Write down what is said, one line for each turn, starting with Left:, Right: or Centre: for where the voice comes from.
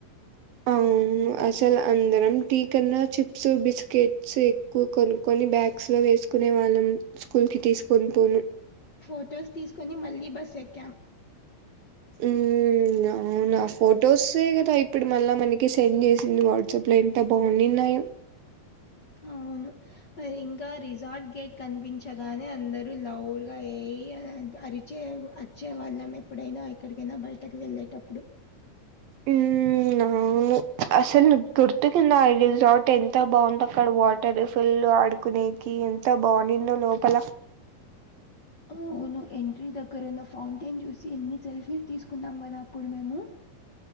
Right: అవును అసలు అందరం టీ కన్నా చిప్స్ బిస్కెట్స్ ఎక్కువ కో కొన్ని బ్యాగ్స్ లో వేసుకునే వాళ్ళం స్కూల్ కి తీసుకొని పోను
Left: ఫొటోస్ తీసుకొని మళ్ళీ బస్ ఎక్కాం
Right: ఉ అవును ఆ ఫోటోస్ కదా ఇప్పుడు మళ్ళా మనకి సెండ్ చేసింది వాట్సాప్ లో ఎంత బాగున్నాయో
Left: అవును, మరి ఇంకా రిసార్ట్ గేట్ కనిపించగానే అందరు లౌడ్ గా ఏయి అనీ అరి వచ్చేవచ్చే వాళ్ళం ఎప్పుడైనా ఎక్కడికైనా బయటకి వెళ్ళేటప్పుడు.
Right: ఉఅవును, అసలు నువు గుర్తుకింద ఈ రిసార్ట్ ఎంత బాగుందో, ఇక్కడ వాటర్ ఫుల్లు ఆడుకునేకి ఎంత బానిందో లోపల
Left: అవును ఎంట్రీ దగ్గర ఉన్న ఫౌంటైన్ చూసి ఎన్ని సెల్ఫీస్ తీసుకున్నాం. కదా అప్పుడు మేము